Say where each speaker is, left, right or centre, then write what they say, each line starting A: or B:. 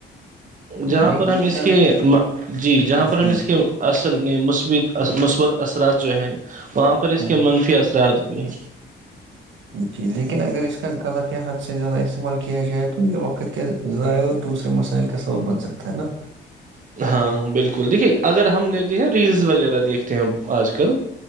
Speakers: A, on the right (about 40°); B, on the right (about 70°).
A: جہاں
B: لیکن
A: پر ہم
B: آ
A: اس کے جی جہاں پر ہم
B: ہوں،
A: اس کے اص نے مثبت مثبت اثرات جو ہیں وہاں پر اس
B: ہوں،
A: کے منفی اثرات یہ
B: جی لیکن اگر اس کا غلط یا حد سے زیادہ استعمال کیا جائے تو یہ وقت کے ضائع اور دوسرے مسائل کا سبب بن سکتا ہے نا
A: ہاں بالکل دیکھیے اگر ہم لتے ہیں ریلز وغیرہ دیکھتے ہیں آج کل